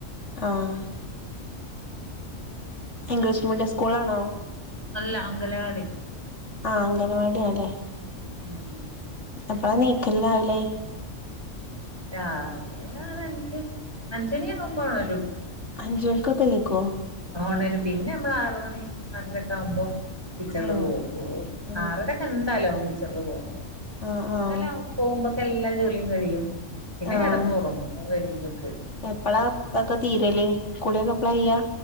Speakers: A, on the left; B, on the right.
A: ആഹ്
B: പിന്നെ
A: ഇംഗ്ലീഷ് മീഡിയം സ്കൂൾലാണോ
B: അല്ല അംഗലവാടി
A: ആഹ് അംഗനവാടിയാണല്ലേ
B: ഉം ഉം
A: എപ്പളാ എണീക്കല് രാവിലേ
B: രാവിലെ ഒരഞ്ച് അഞ്ച്ണിയാവുമ്പ ഒണരും
A: അഞ്ചോണിക്കക്കണീക്കോ
B: ഒണരും പിന്നെ അമ്മള് ആറ് മണി ആറരെക്ക ആവുമ്പോ കിച്ചണില്
A: ആഹ്
B: പോവും പോയി
A: ആഹ്
B: ആറരക്കെന്തായാലും ആവും കിച്ചണില് പോകുമ്പോ,
A: ആഹ് ആഹ്
B: എന്നാലേ അവൻ പോകുമ്പ എല്ലാ ജോലിയും കഴിയും, പിന്നെ
A: ആഹ്
B: കെടന്നൊറങ്ങും അവൻ വരുമ്പക്ക്
A: എപ്പളാ ഒക്കെ തീരല് കുളിയൊക്കെ എപ്പളാ കഴിയാ